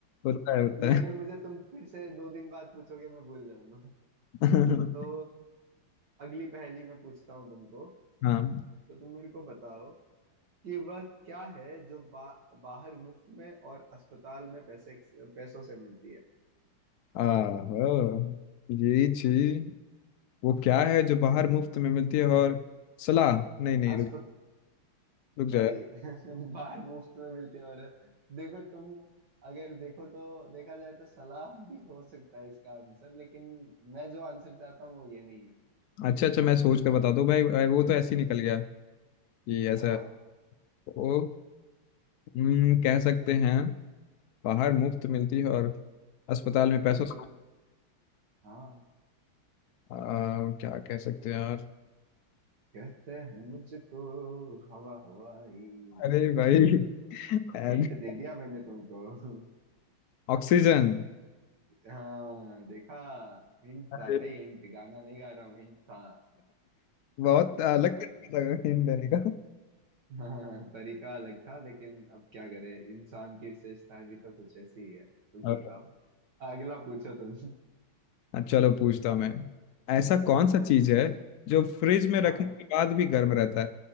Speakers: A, on the left (about 85°); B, on the right (about 55°).
A: होता है होता
B: ये अगर
A: है
B: मुझे तुम फिर से दो दिन बाद पूछोगे मैं भूल जाऊंगा
A: <laughs>
B: तो अगली पहेली मैं पूछता हूँ तुमको
A: हाँ
B: तो तुम मेरे को बताओ कि वह क्या है जो बा, बाहर मुफ्त में और अस्पताल में पैसे पैसों से मिलती है
A: आहो ये चीज वो क्या है जो बाहर मुफ्त में मिलती है और सलाह नहीं नहीं
B: अस्पत
A: रुक रुक
B: भाई
A: जाए
B: <laughs> बाहर मुफ्त में मिलती है और देखो तुम अगर देखो तो देखा जाए तो सलाह भी हो सकता है इसका आंसर लेकिन मैं जो आंसर चाहता हूँ वो ये नहीं है
A: अच्छा अच्छा मैं सोच कर बता दूं भाई अ, वो तो ऐसे ही निकल गया कि ऐसा
B: हाँ
A: वो हम्म, कह सकते हैं बाहर मुफ्त मिलती है और अस्पताल में पैसों
B: बिल्कुल
A: से-
B: हाँ
A: आ, क्या कह सकते हैं यार
B: कहते हैं मुझको हवा हवाई
A: अरे भाई <laughs> Add-
B: हिंट दे दिया मैंने तुमको <laughs>
A: oxygen
B: हाँ देखा हिंट
A: अरे,
B: था भाई हिंट गाना नहीं गा रहा हूँ हिंट था
A: बहुत अलग
B: हाँ
A: तरीके लगा हिंट देने का
B: <laughs> हाँ तरीका अलग था लेकिन अब क्या करे इंसान की विशेषताएं भी तो कुछ ऐसी ही है तुम
A: और-
B: बताओ अगला पूछो तुम
A: चलो पूछता हूं मैं ऐसा कौन सा चीज है
B: हाँ
A: जो फ्रिज में रखने
B: हाँ
A: के बाद भी गर्म रहता